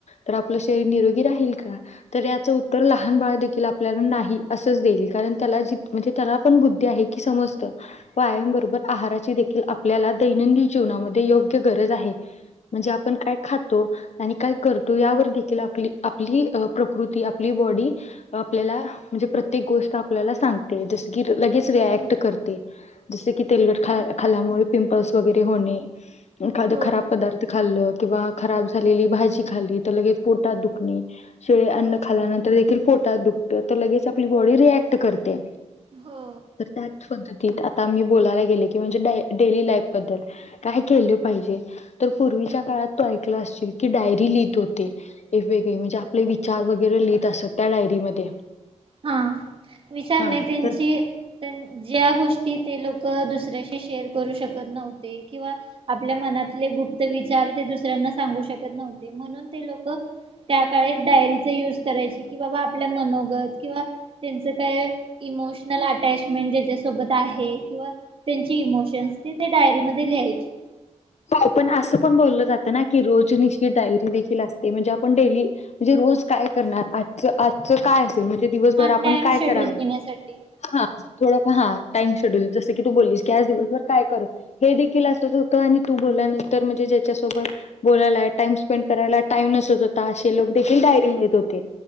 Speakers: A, on the left; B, on the right.
A: तर आपलं शरीर निरोगी राहील का? तर याचं उत्तर लहान
B: हा
A: बाळ देखील आप आपल्याला नाही असच देईल कारण त्याला जी म्हणजे त्याला पण बुद्धी आहे की समजत. व्यायामबरोबर आहाराची देखील आपल्याला दैनंदिन जीवनामध्ये योग्य गरज आहे. म्हणजे आपण काय खातो? आणि काय करतो यावर देखील आपली आपली अ प्रकृती आपली बॉडी आपल्याला म्हणजे प्रत्येक गोष्ट आपल्याला सांगते जस किर लगेच रिॲक्ट
B: हम्म
A: करते, जस की तेलकट
B: हम्म
A: खाल्यामुळे पिंपल्स वगैरे होणे, एखादं
B: हो
A: खराब पदार्थ खाल्लं किंवा खराब झालेली भाजी खाल्ली तर लगेच पोटात दुखणे शिळे अन्न खाल्यानंतर देखील पोटात दुखतं, तर लगेच आपली बॉडी रिॲक्ट करते.
B: हो.
A: तर त्याच पद्धतीत, आता मी बोलायला गेले की म्हणजे डाय डेली लाईफ बद्दल काय केलं पाहिजे. तर पूर्वीच्या काळात तु ऐकलं असशील, की डायरी लिहित होते. वेगवेगळे म्हणजे आपले विचार वगैरे लिहित असत, त्या डायरीमध्ये.
B: हा, विचार
A: हा
B: नाही त्यांची
A: तर
B: त्यांन ज्या गोष्टी ते लोकं, दुसऱ्याशी शेअर करू शकत नव्हते किंवा आपल्या मनातले गुप्त विचार, ते दुसऱ्यांना सांगू शकत नव्हते म्हणून ते लोकं त्या काळी डायरीचा यूज करायची, की बाबा आपल्या मनोगत किंवा त्यांचं काय इमोशनल अटॅचमेंट ज्याच्यासोबत आहे किंवा त्यांची इमोशन्स, ती ते डायरीमध्ये लिहायची.
A: हो, पण असं पण बोललं जातं ना, की रोजनिशी डायरी देखील असते म्हणजे आपण डेली म्हणजे रोज काय करणार? आजचं, आजचं काय हो, म्हणजे दिवसभर
B: हा
A: आपण
B: टाइम
A: काय
B: शेड्यूल
A: करावं.
B: घेण्यासाठी
A: हा. थोडंफार हा, टाइम शेड्यूल. जसं की तू बोललीस की, आज दिवसभर काय करू हे देखील असंच होतं आणि तू बोलल्यानंतर म्हणजे ज्याच्यासोबत बोलायला, टाइम स्पेंड करायला टाइम नसत होता असे लोक देखील डायरी लिहीत होते. ते.